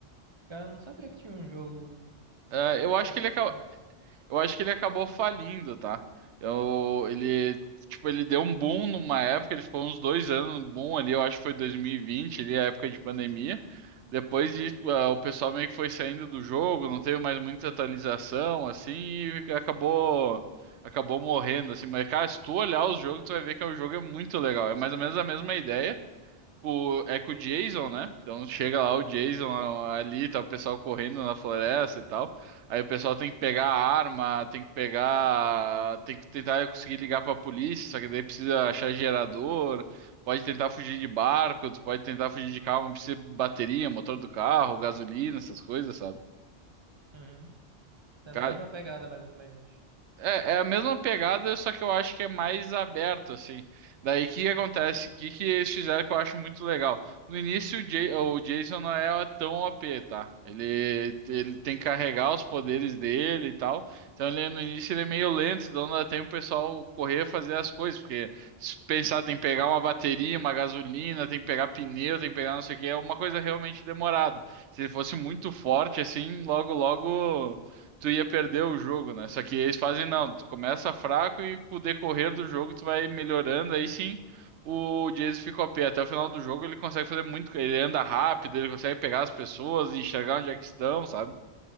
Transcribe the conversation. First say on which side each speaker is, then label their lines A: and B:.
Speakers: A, on the right; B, on the right.
A: Cara, eu não sabia que tinha um jogo
B: Ah, eu acho
A: desse.
B: que ele é,
A: desse.
B: Eu acho que ele acabou falindo, tá? Eu, ele, tipo, ele deu um boom numa época, ele ficou uns dois anos no boom ali, eu acho que foi 2020, ali, a época de pandemia. Depois disso, ah, o pessoal meio que foi saindo do jogo, não teve mais muita atualização, assim, e acabou, acabou morrendo, assim. Mas, cara, se tu olhar os jogos, tu vai ver que o jogo é muito legal. É mais ou menos a mesma ideia. Tipo, é com o Jason, né? Então chega lá o Jason a- ali, tá o pessoal correndo na floresta e tal. Aí o pessoal tem que pegar a arma, tem que pegar, tem que tentar conseguir ligar pra polícia, só que daí precisa achar gerador, pode tentar fugir de barco, tu pode tentar fugir de carro, mas precisa de bateria, motor do carro, gasolina, essas coisas, sabe?
A: Uhum. É
B: Cara,
A: na mesma pegada, mais ou menos.
B: É, é a mesma pegada, só que eu acho que é mais aberto, assim. Daí o que que acontece? O que que eles fizeram que eu acho muito legal? No início, o, Ja- o Jason não é tão OP, tá? Ele, ele tem que carregar os poderes dele e tal. Então ele, no início ele é meio lento, então dá tempo o pessoal correr fazer as coisas. Porque se pensar, tem que pegar uma bateria, uma gasolina, tem que pegar pneu, tem que pegar não sei o que, é uma coisa realmente demorada. Se ele fosse muito forte, assim, logo, logo tu ia perder o jogo, né? Só que eles fazem, não, tu começa fraco e com o decorrer do jogo tu vai melhorando, aí sim o Jason fica OP. Até o final do jogo ele consegue fazer muito, ele anda rápido, ele consegue pegar as pessoas e enxergar onde é que estão, sabe?